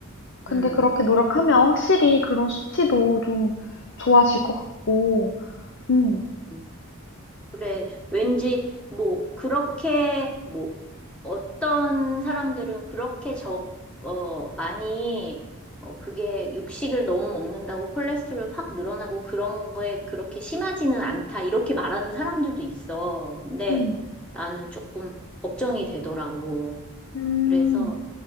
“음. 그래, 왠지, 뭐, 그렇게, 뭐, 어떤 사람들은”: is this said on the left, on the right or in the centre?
Centre